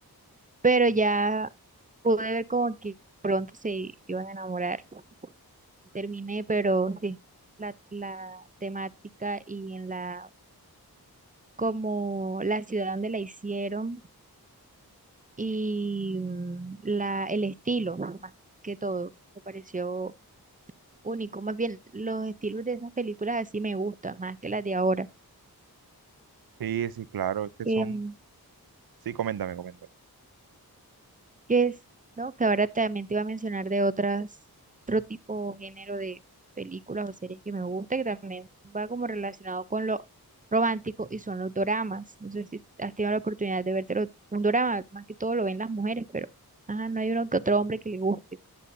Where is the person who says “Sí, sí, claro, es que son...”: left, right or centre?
Right